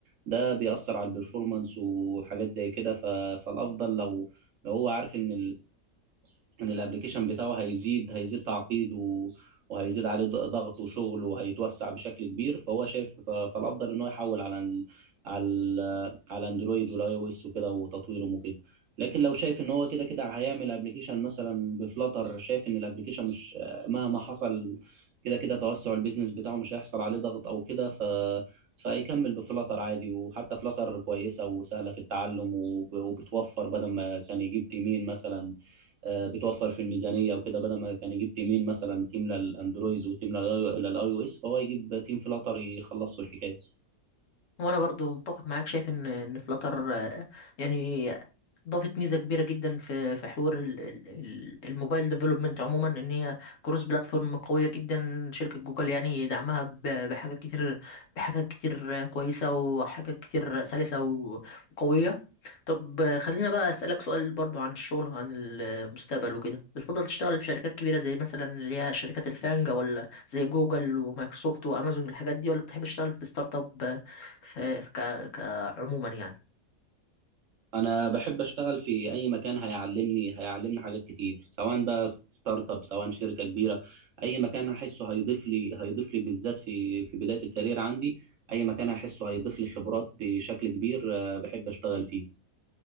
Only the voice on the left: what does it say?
وانا برضو متفق معاك شايف ان ان فلاتر يعني ضافت ميزه كبيره جدا في في حوار ال- ال- ال- الموبايل ديفلوبمنت عموما ان هي كروس بلاتفورم قويه جدا شركه جوجل يعني دعمها ب- بحاجات كتير بحاجات كتير كويسه وحاجات كتير سلسه وقويه طب خلينا بقى اسالك سؤال برضو عن الشغل عن المستقبل وكده بتفضل تشتغل في شركات كبيره زي مثلا اللي هي شركات الفانجا ولا زي جوجل ومايكروسوفت وامازون الحاجات دي ولا بتحب تشتغل في ستارت اب في في ك... كعموما يعني